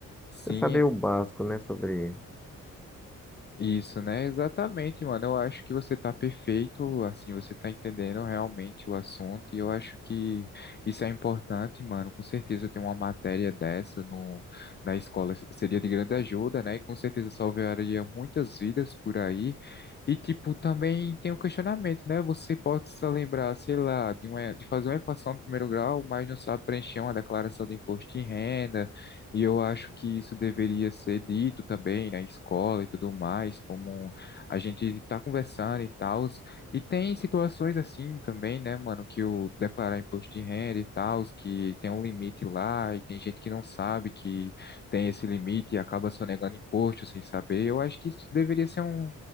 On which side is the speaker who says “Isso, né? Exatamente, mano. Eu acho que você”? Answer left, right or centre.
Left